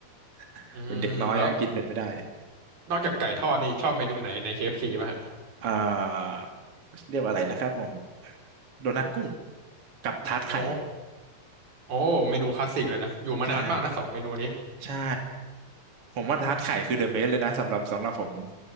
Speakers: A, on the right; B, on the right.
A: <laughs>
B: อืมแล้ว
A: เป็นเด็กน้อยฮะกินเผ็ดไม่ได้
B: นอกจากไก่ทอดนี่ชอบเมนูไหนในเคเอฟ f c ป่ะฮะ
A: เอ่อเรียกว่าอะไรนะครับผมโดนัทกุ้งกับทาร์ตไข่
B: โอ้โอ้เมนูคลาสสิกเลยนะ อยู่มานานมากนะสองเมนูนี้
A: ใช่ ใช่ผมว่าทาร์ตไข่คือเดอะเบสเลยนะสำหรับสำหรับผม